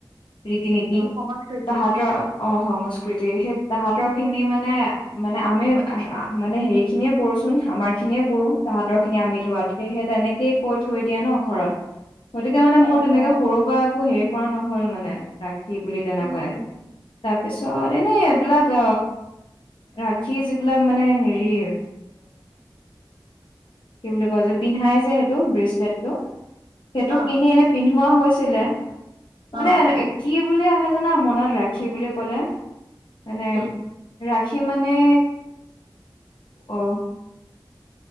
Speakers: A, on the left (about 85°); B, on the right (about 65°).
A: ৰীতি নীতি
B: অ সংস্কৃতি
A: তাহাঁত। অ সংস্কৃতি। তে সেই তাহাঁতৰ খিনি মানে মানে আমি মানে হেৰি খিনিয়ে কৰোচোন আমাৰ খিনিয়ে কৰো তাহাঁতৰ খিনি আমি লোৱাতকে সেই তেনেকেই কৈ থৈ দিয়ে ন ঘৰত। গতিকে মানে মোৰ
B: অ
A: তেনেকে
B: অ
A: সৰুৰ পৰা আকৌ হেৰি। কৰা নহ'ল মানে ৰা। সি বুলি তেনেকুৱাই
B: উম উম
A: একো। তাৰ পিছত। এনেই এইবিলাক ৰাখি যিবিলাক মানে হেৰি। কি বুলি কয় যে পিন্ধাই যে সেইটো, ব্ৰেচলেটটো। সেইটো
B: অ
A: কিনি এনে পিন্ধোৱা হৈছিলে, মানে
B: অ
A: কি বুলি আহে। মনত ৰাখে। ৰাখি বুলি ক'লে মানে
B: কি
A: ৰা। খি মানে। অ'।